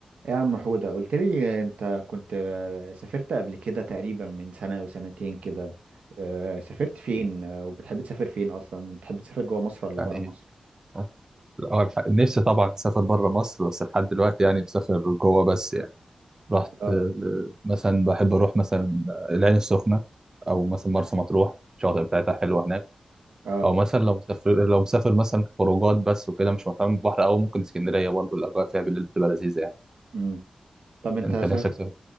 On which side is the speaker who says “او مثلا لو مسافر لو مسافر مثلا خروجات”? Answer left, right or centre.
Right